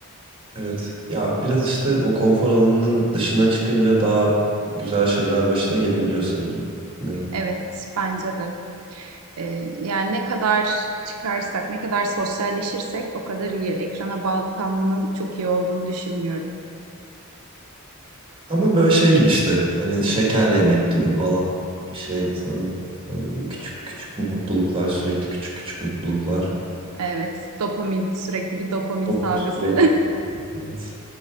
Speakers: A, on the right; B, on the right.
A: Evet. Ya biraz işte o konfor alanının dışına çıkınca daha güzel şeyler başına gelebiliyor sanırım. Yine.
B: Evet bence de. Ee, yani ne kadar çıkarsak, ne kadar sosyalleşirsek o kadar iyi. Ekrana bağlı kalmanın çok iyi olduğunu düşünmüyorum.
A: Ama böyle şey gibi işte. Hani şeker yemek gibi falan. Bir şey sanırım. Hani böyle küçük küçük mutluluklar. Sürekli küçük küçük mutluluklar.
B: Evet, dopamin, sürekli bir dopamin
A: O
B: salgısı.
A: sürekli. Evet.